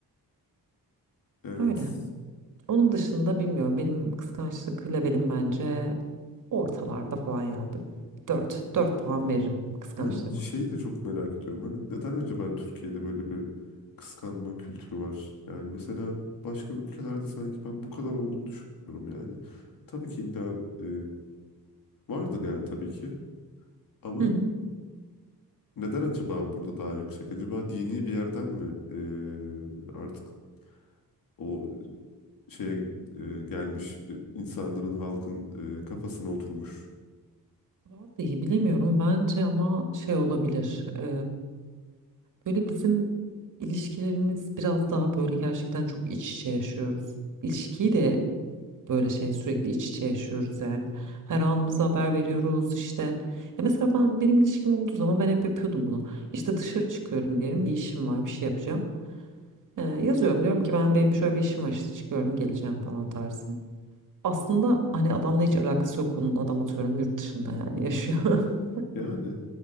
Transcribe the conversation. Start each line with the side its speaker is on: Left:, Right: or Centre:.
Left: Evet.
Right: Öyle. Onun dışında bilmiyorum benim kıskançlık levelim bence ortalarda falan ya. Dört. Dört puan veririm kıskançlığıma.
Left: Ben şeyi de çok merak ediyorum. Hani neden acaba Türkiye'de böyle bir kıskanma kültürü var? Yani mesela başka ülkelerde sanki ben bu kadar olduğunu düşünmüyorum yani. Tabii ki illa e, vardır yani tabii ki. Ama
Right: Hı hı.
Left: neden acaba burada daha yüksek? Acaba dini bir yerden mi e, artık o şeye e, gelmiş e, insanların halkın e, kafasına oturmuş.
Right: Vallahi bilemiyorum bence ama şey olabilir. eee, böyle bizim ilişkilerimiz biraz daha böyle gerçekten çok iç içe yaşıyoruz. İlişkiyi de böyle şey sürekli iç içe yaşıyoruz yani. Her anımıza haber veriyoruz işte. Ya mesela ben benim ilişkim olduğu zaman ben hep yapıyordum bunu. İşte dışarı çıkıyorum diyelim bir işim var bir şey yapacağım. Eee, yazıyorum diyorum ki ben benim şöyle bir işim var işte çıkıyorum geleceğim falan tarzı. Aslında hani adamla hiç alakası yok konunun adam atıyorum yurt dışında yani yaşıyor. <laughs>
Left: Yani